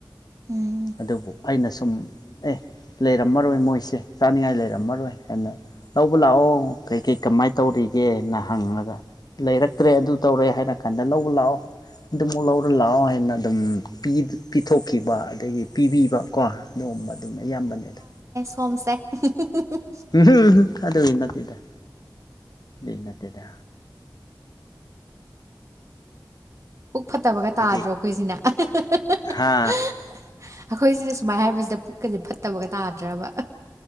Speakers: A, on the right; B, on the left.
A: ꯎꯝ
B: ꯑꯗꯨꯕꯨ ꯑꯩꯅ ꯁꯨꯝ ꯑꯦ ꯂꯩꯔꯝꯃꯔꯣꯏ ꯃꯣꯏꯁꯦ ꯆꯥꯅꯤꯡꯉꯥꯏ ꯂꯩꯔꯝꯃꯔꯣꯏ ꯍꯥꯏꯅ ꯂꯧꯕ ꯂꯥꯛꯑꯣ ꯀꯩ ꯀꯩ ꯀꯃꯥꯏꯅ ꯇꯧꯔꯤꯒꯦꯅ ꯍꯪꯂꯉꯒ ꯂꯩꯔꯛꯇ꯭ꯔꯦ ꯑꯗꯨ ꯇꯧꯔꯦ ꯍꯥꯏꯔ ꯀꯟꯗ ꯂꯧꯕ ꯂꯥꯛꯑꯣ ꯑꯗꯨꯃꯛꯨꯛ ꯂꯧꯔ ꯂꯥꯛꯑꯣ ꯍꯥꯏꯅ ꯑꯗꯨꯝ ꯄꯤꯊꯣꯛꯈꯤꯕ ꯑꯗꯒꯤ ꯄꯤꯕꯤꯕ ꯀꯣ ꯅꯣꯡꯃꯥ ꯑꯗꯨꯝ ꯑꯌꯥꯝꯕꯅꯤꯗ
A: ꯀꯝꯁꯦ <inaudible>
B: ꯑꯨꯡ ꯍꯨꯡ ꯑꯨꯡ ꯑꯗꯨꯒꯤ ꯅꯠꯇꯦꯗ ꯑꯗꯨꯏ ꯅꯠꯇꯦꯗ
A: ꯄꯨꯛ ꯐꯠꯇꯕꯒ
B: ꯍꯥꯏꯗꯤ
A: ꯇꯥꯗ꯭ꯔꯣ ꯑꯩꯈꯣꯏꯁꯤꯅ ꯑꯩꯈꯣꯏꯁꯤꯅ
B: ꯍꯥ
A: ꯁꯨꯃꯥꯏꯅ ꯍꯥꯏꯕꯁꯤꯗ ꯄꯨꯛꯀꯁꯦ ꯐꯠꯇꯕꯒ ꯇꯥꯗ꯭ꯔꯕ